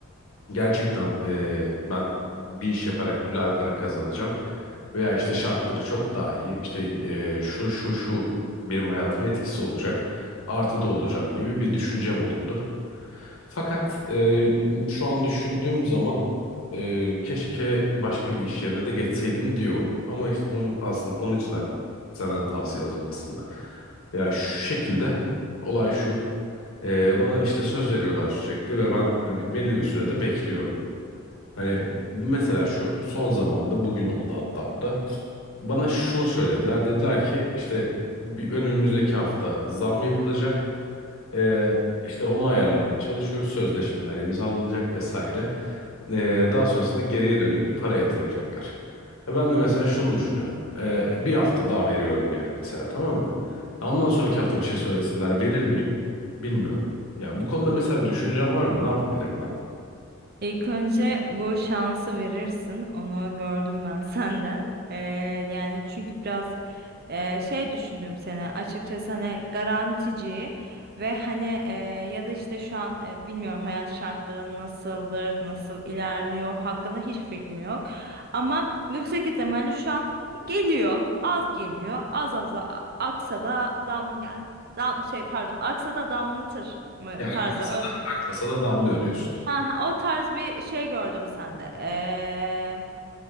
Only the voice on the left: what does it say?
gerçekten eee, ben bir iş yaparak güzel para kazanacağım veya işte şartları çok daha iyi işte eee, şu şu şu benim hayatıma etkisi olacak artıda olacağım gibi bir düşüncem oluyordu. Fakat eee, şu an düşündüğüm zaman eee, keşke başka bir iş yerine de geçseydim diyorum ama işte onun aslında onun için de senden tavsiye alacağım aslında. Ya şu şekilde olay şu. Ee, bana işte söz veriyorlar sürekli ve ben hani belli bir sürede bekliyorum. Hani mesela şu son zamanda bugün oldu hatta bu da. Bana şunu söylediler. Dediler ki işte bir önümüzdeki hafta zam yapılacak. Ee, işte onu ayarlamaya çalışıyoruz. Sözleşmeler imzalanacak vesaire. Ee, daha sonrasında geriye dönük bir para yatıracaklar. Ha, Ben de mesela şunu düşünüyorum. Ee, bir hafta daha veriyorum yani mesela tamam mı? Ha, Ondan sonraki hafta bir şey söyleseler verir miyim? Bilmiyorum. Ya bu konuda mesela bir düşüncen var mı? Ne yapabilirim
Ya
akmasa da akmasa da damlıyor diyorsun.